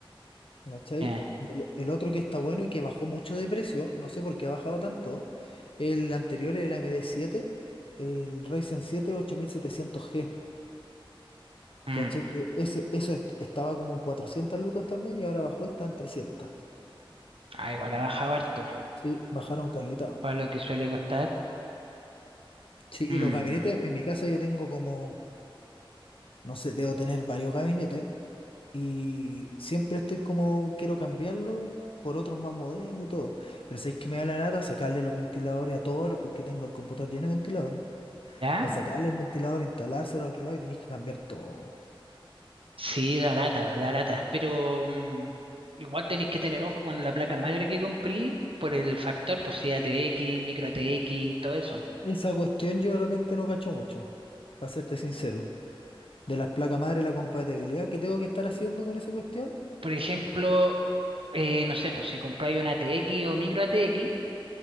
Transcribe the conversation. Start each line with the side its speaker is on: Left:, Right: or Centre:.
Left: ¿cachai?
Right: Ya.
Left: Y El, el otro que está bueno y que bajó mucho de precio, no sé por qué ha bajado tanto, el anterior, el AMD 7, el Ryzen 7 8700G.
Right: Mm,
Left: ¿Cachai? Que ese, eso est- estaba como en 400 lucas también y ahora bajó está en trescientas
Right: Ah, igual ha bajado harto,
Left: Sí, bajaron caleta.
Right: para lo que suele costar.
Left: Sí, y
Right: Mm,
Left: los gabinetes, en mi casa yo tengo como, no sé, debo tener varios gabinetes y siempre estoy como, quiero cambiarlo por otros más modernos y todo. Pero sabéis que me da la nata sacarle los ventiladores a todos los- porque tengo el computador lleno de ventiladores.
Right: ¿Ya?
Left: Para sacarle el ventilador, instalárselo al otro lado y tenéis que cambiar todo.
Right: Sí, da lata, da lata, pero mm, igual tenéis que tener ojo con la placa madre que compré por el factor, pues si ATX, micro ATX, todo eso.
Left: Esa cuestión yo de repente no cacho mucho, para serte sincero. de las placas madre, la compatibilidad que tengo que estar haciendo con esa cuestión.
Right: Por ejemplo,
Left: Tengo que...
Right: eh, no sé, pues si compráis una ATX o micro ATX,